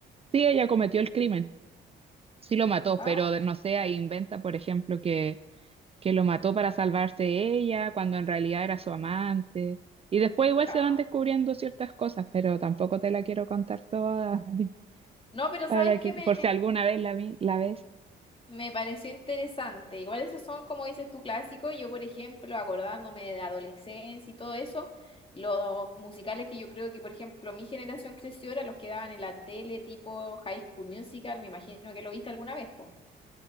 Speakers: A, on the right; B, on the left.
A: Sí, ella cometió el crimen, sí lo mató,
B: Ah,
A: pero de- no sé, ahí inventa, por ejemplo, que, que lo mató para salvarse ella, cuando en realidad era su amante. Y después igual
B: chao.
A: se van descubriendo ciertas cosas, pero tampoco te la quiero contar toda <laughs>
B: No, pero
A: para
B: ¿sabes qué
A: que,
B: me,
A: por si alguna vez la, vi- la ves.
B: Me pareció interesante. Igual esos son, como dices tú, clásicos. Yo, por ejemplo, acordándome de adolescencia y todo eso, los musicales que yo creo que, por ejemplo, mi generación creció eran los que daban en la tele, tipo High School Musical. Me imagino que lo viste alguna vez, po.